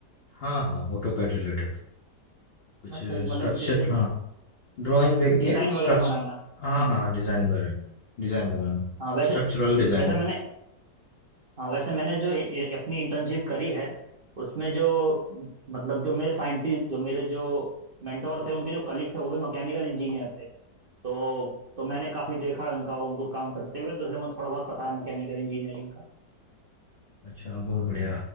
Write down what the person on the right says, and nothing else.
अच्छा कि मतलब
जैसे
डिजाइन
वगैरह
बनाना
हम्म
हाँ वैसे
हम्म,
वैसे मैंने हाँ वैसे मैंने जो इ- इ- अपनी इंटर्नशिप करी है उसमें जो मतलब जो मेरे साइंटिस्ट जो मेरे जो मेंटोर थे उनके जो कलीग थे वो भी मैकेनिकल इंजीनियर थे तो तो मैंने काफ़ी देखा है उनका उनको काम करते हुए तो इसलिए मुझे थोड़ा बहुत पता है मैकेनिकल इंजीनियरिंग का